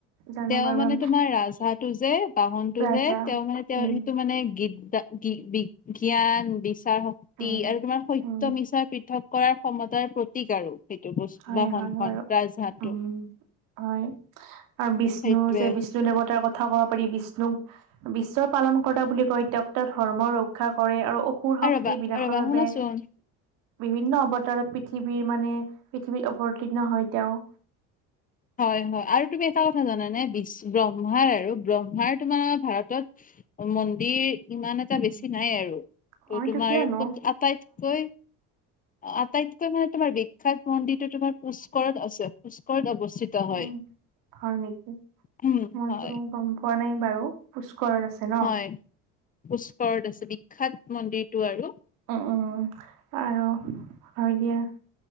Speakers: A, on the right; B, on the left.
A: জানো
B: তেওঁ
A: বাৰু
B: মানে
A: আমি
B: তোমাৰ ৰাজহাটো যে বাহনতটো
A: ৰাজা
B: যে তেওঁ মানে তেওঁ
A: উম
B: সেইটো মানে গীতদা কি বি বিজ্ঞান বিচাৰ শক্তি
A: উম
B: আৰু তোমাৰ সত্য
A: উম
B: মিছাৰ পৃথক কৰাৰ ক্ষমতাৰ প্ৰতীক আৰু সেইটো বস্তু
A: হয়
B: বাহনখন
A: হয় বাৰু
B: ৰাজহা
A: উম
B: টো
A: হয় আৰু বিষ্ণু
B: সেইটোৱে
A: যে বিষ্ণু দেৱতাৰ কথা কথা কব পাৰি বিষ্ণুক বিশ্বৰ পালন কৰা বুলি কয় তেওঁক ত ধৰ্ম ৰক্ষা কৰে আৰু সুৰ শক্তি
B: আৰু ৰবা
A: বিনাশৰ
B: ৰবা
A: বাবে
B: শুনাচোন
A: বিভিন্ন অৱতাৰত পৃথিৱীৰ মানে পৃথিৱীত অৱতীৰ্ণ হয় তেওঁ
B: হয় হয় আৰু তুমি এটা কথা জানানে ব্ৰহ্মাৰ আৰু ব্ৰহ্মাৰ তোমাৰ ভাৰতত। মন্দিৰ ইমান এটা
A: উম
B: বেছি নাই আৰু তো
A: অ এইটো
B: তোমাৰ
A: কিয়নো
B: আটাইতকৈ
A: <unintelligible>
B: আটাইতকৈ মানে তোমাৰ বিখ্যাত মন্দিৰটো তোমাৰ পুস্কৰত আছে পুস্কৰত অৱস্থিত।
A: উম
B: হয়।
A: হয় নেকি
B: উম
A: মইতো
B: হয়
A: গম পোৱা নাই বাৰু পুষ্কৰত আছে। ন
B: হয় পুষ্কৰত আছে বিখ্যাত মন্দিৰটো আৰু
A: উম উম আৰু হয় দিয়া